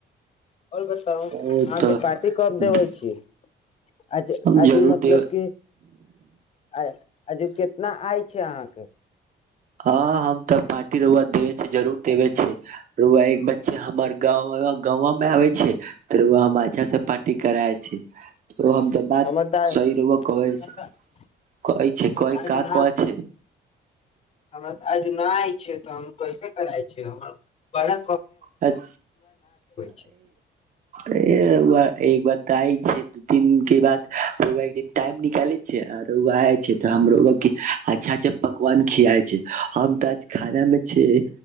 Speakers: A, on the left; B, on the right.
A: ओर बताउ अहाँके
B: ओ तऽ
A: पार्टी कब
B: हम
A: देबै छि, आज आजु
B: जरूर
A: मतलब
B: देब
A: कि आ आजू केितना आय छै, अहाँके
B: ह हम तऽ पार्टी ति राऊआ देवे छै, जरूर देब छै। राऊआ एक बच्चा हमर गाँव गाँंवा मे आबै छै। तर हम अच्छा से पार्टी कराये छै। ओ हम त बात
A: हमर तऽ
B: सही राऊआ कवइ
A: हमरा
B: से कहै
A: तऽ
B: छैै
A: आज
B: का
A: न
B: कह छै।
A: हमरा आज नहि आइ छै, तऽ हम कैसे करइ छ, हमर बरा
B: ऐत
A: छै
B: ऐ रऊआ एक बार तए आइ छै। दू तीन के बाद रऊआ एक दिन टाइम निकाले छै, आ रऊआ आइछै तऽ हम रऊआ के अच्छा अच्छा पकवान खियाए छै, हम तऽ आज खाना मे छै,